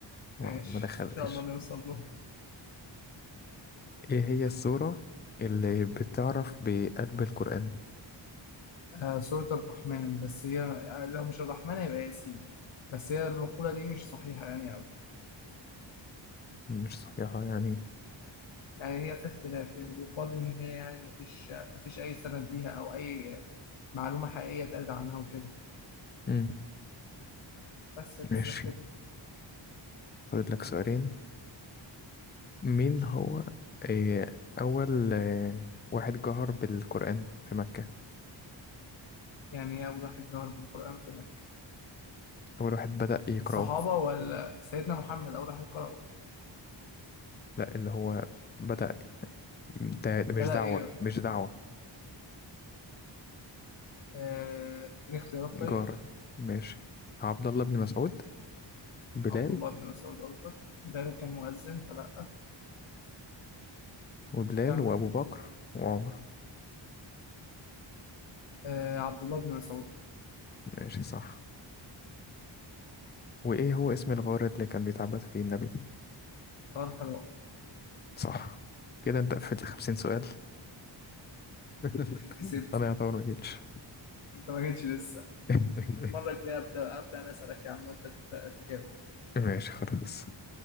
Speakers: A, on the left (about 20°); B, on the left (about 75°).
A: ما
B: ماشي
A: ما دخلتش
B: إن شاء الله نوصل له
A: إيه هي السورة اللي بتعرف بقلب القرآن؟
B: آه سورة الرحمن بس هي لو مش الرحمن هيبقى ياسين بس هي المقولة دي مش صحيحة يعني
A: مش صحيحة يعني
B: يعني هي في اختلاف لأن بيقال إن هي يعني مفيش مفيش أي سند ليها أو أي معلومة حقيقية اتقالت عنها وكده
A: مم.
B: بس الفكرة
A: ماشي
B: في كده
A: فاضل لك سؤالين مين
B: ماشي
A: هو آه، أول آه، واحد جهر بالقرآن في مكة
B: يعني إيه أول واحد جهر بالقرآن في مكة
A: أول واحد بدأ يقرأه
B: الصحابة ولا سيدنا محمد أول واحد قرأه
A: لا اللي هو بدأ ده, ده مش
B: بدأ
A: دعوة
B: إيه
A: مش دعوة
B: آه، اديني اختيارات
A: جار
B: طيب
A: ماشي عبد الله بن مسعود بلال
B: عبد الله بن مسعود قصدك ده كان مؤذن فلا
A: وبلال
B: كم
A: وأبو بكر وعمر
B: آه عبد الله بن مسعود
A: ماشي صح وإيه هو اسم الغار اللي كان بيتعبد فيه النبي
B: غار حراء
A: صح كده أنت قفلت خمسين سؤال <laughs>
B: كسبت
A: أنا يعتبر مجيتش
B: انت ما جيتش لسه
A: <laughs>
B: المرة الجاية أبدأ أبدأ أنا أسألك يا عم وأنت ت- تجاوب
A: ماشي خلاص